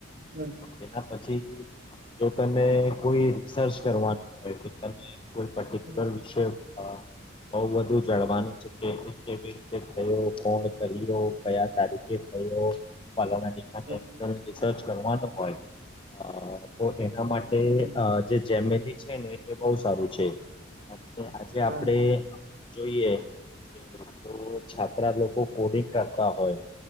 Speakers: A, on the right (about 50°); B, on the left (about 25°).
A: હમ્મ.
B: તેના પછી જો તને કોઈ રિસર્ચ કરવાનું હોય તો તને કે કોઈ પર્ટિક્યુલર
A: હમ
B: વિષય અહ બહુ બધું જણવાનું છે કે એને કેવી રીતે થયો, કોણ કર્યો કયા તારીખે થયો, <unintelligible>
A: હમ
B: રિસર્ચ કરવાનું હોય અહ તો એના માટે
A: હમ
B: અહ જે જેમેની છે ને એ બહુ સારું છે. કારણ કે આજે
A: હા
B: આપડે જોઈએ <unintelligible> જો છાત્રા લોકો કોડિંગ કરતા હોય